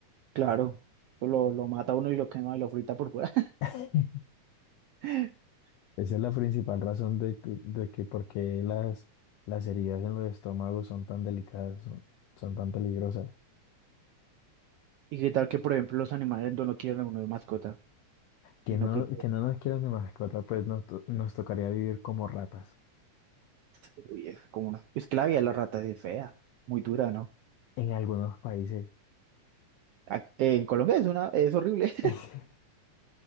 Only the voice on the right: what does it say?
claro, lo, lo mata uno y lo quema y lo frita por fuera.
<laughs>
¿Y qué tal que, por ejemplo, los animales no lo quieran a uno de mascota?
Sino
que
Uy, es como una esclavia de las ratas es fea, muy dura, ¿no?
A- En Colombia es una, es horrible.